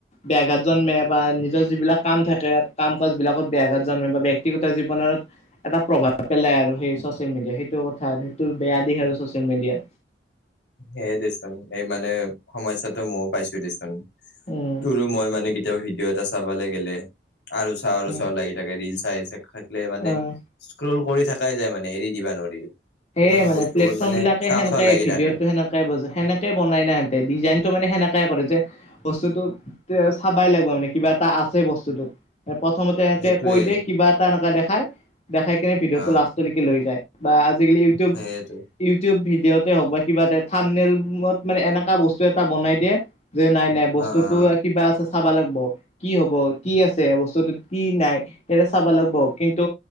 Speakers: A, on the left; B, on the left.
A: বেয়াঘাত জন্মে বা নিজৰ যিবিলাক কাম থাকে কাম কাজ বিলাকত বেয়াঘাত জন্মে। ব্যক্তিগত জীৱনত এটা প্ৰভাৱ পেলাই আৰু সেই চচিয়েল মিডিয়া সেইটো কথা সেইটো বেয়া দিশ আৰু ছচিয়েল মিডিয়াৰ।
B: সেইয়ে দেচোন এই মানে সমস্যাতটো ময়ও পাইছো দেচোন।
A: উম
B: তোৰো মই মানে কেতিয়াও ভিডিঅ' এটা চাব লাগেলে আৰু চাও আৰু
A: উম
B: চাও লাগি থাকে। ৰিল চাই থাকিলে মানে
A: অ
B: স্ক্ৰল কৰি থাকাই যায় মানে মানে এৰি দিবা নোৱাৰি।
A: সেয়ে
B: ত
A: মানে
B: বস্তুবোৰ
A: প্লেটফৰ্ম
B: মানে
A: বিলাকে
B: চাওঁ
A: সেনেকে
B: চাওঁ লাগি
A: ভিডিঅ'তটো
B: থাকে
A: সেনেকে বজ সেকে বনাই ইহতে ডিজাইনতটো মানে সেনেকে কৰে যে বস্তুটো এ চাবাই লাগিব মানে কিবা এটা আছে বস্তুটো প্ৰথমতে এনেকে
B: সেইটোয়ে
A: কৈ দিয় কিবা এটা এনে দেখাই দেখাই কিনে ভিডিঅ'টো
B: অ
A: লাষ্টলৈকে লৈ যায়। বা আজিকালি ইউটিউব,
B: সেইয়েতো
A: ইউটিউব ভিডিঅ'তে হওক বা কিবা এটা থামনেলত মানে এনেকা বস্তু এটা বনাই দিয়ে যে নাই নাই বস্তুতটো
B: অ অ
A: কিবা আছে চাব লাগিব। কি হব? কি আছে বস্তুটোত? কি নাই সেইৰে চাব লাগিব। কিন্তু